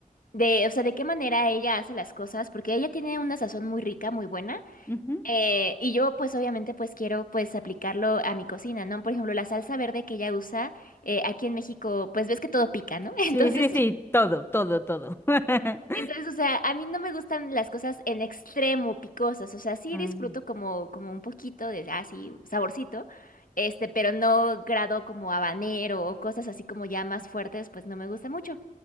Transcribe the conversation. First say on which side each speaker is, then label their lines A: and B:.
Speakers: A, on the left; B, on the left.
A: de, o sea, de qué manera ella hace las cosas, porque ella tiene una sazón muy rica, muy buena.
B: ujú.
A: Eh, y yo, pues, obviamente, pues quiero, pues, aplicarlo a mi cocina, ¿no? Por ejemplo, la salsa verde que ella usa, eh, aquí en México, pues ves que todo pica, ¿no? <laughs> Entonces,
B: Sí, sí, sí, todo, todo, todo. <laughs>
A: entonces, o sea, a mí no me gustan las cosas en extremo picosas, o sea, sí
B: Ah,
A: disfruto como, como un poquito de, así saborcito, este, pero no grado como habanero o cosas así como ya más fuertes, pues no me gusta mucho.